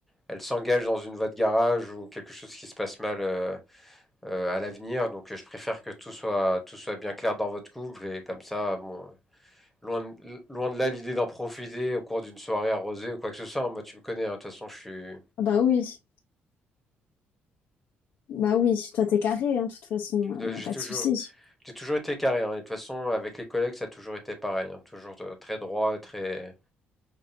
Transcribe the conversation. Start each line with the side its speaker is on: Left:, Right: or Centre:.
Centre: elle s'engage dans une voie de garage ou quelque chose qui se passe mal euh, euh, à l'avenir. Donc, euh, je préfère que tout soit tout soit bien clair dans votre couple et comme ça, bon, loin de, loin de là l'idée d'en profiter au cours d'une soirée arrosée ou quoi que ce soit. Moi, tu me connais. hein. De toute façon, je suis
Left: Ah Bah oui, bah oui, toi t'es carré, hein, de toute façon,
Centre: Euh,
Left: il n'y
Centre: j'ai
Left: a pas
Centre: toujours
Left: de souci.
Centre: j'ai toujours été carré. hein. Et de toute façon, avec les collègues, ça a toujours été pareil. hein. Toujours euh, très droit, très